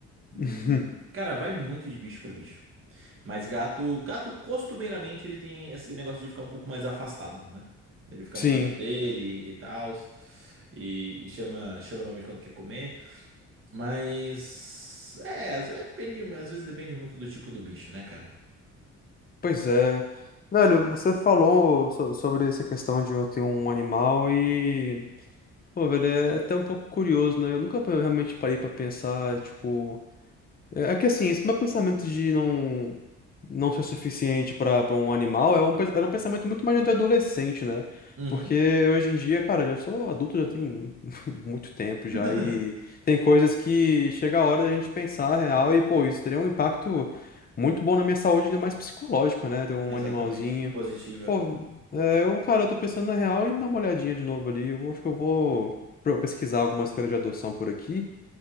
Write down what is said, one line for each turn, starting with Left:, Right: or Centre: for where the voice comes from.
Left: <laughs>
Right: E, cara, vai muito de bicho pra bicho. Mas gato, gato costumeiramente ele tem esse negócio de ficar um pouco mais afastado, né? Ele fica
Left: Sim,
Right: no canto dele e tal. E, e chama, chama normalmente quando quer comer. Mas. É, às vezes depende, às vezes depende muito do tipo do bicho, né, cara?
Left: pois é. Velho, você falou so- sobre essa questão de eu ter um animal e Pô, velho, é até um pouco curioso, né? Eu nunca realmente parei pra pensar, tipo. É é que assim, esse meu pensamento de não não ser suficiente para para um animal é um, pe- era um pensamento muito mais de adolescente, né?
Right: Uhum.
Left: Porque hoje em dia, cara, já sou adulto, já tenho <laughs> muito tempo já,
Right: <laughs>
Left: e tem coisas que chega a hora da gente pensar real e, pô, isso teria um impacto muito bom na minha saúde, ainda mais psicológica, né? Ter um
Right: Exatamente.
Left: animalzinho.
Right: Positiva.
Left: Pô, é, eu, cara, eu tô pensando na real e dar uma olhadinha de novo ali. Eu vou- acho que eu vou pro- pesquisar algumas feiras de adoção por aqui.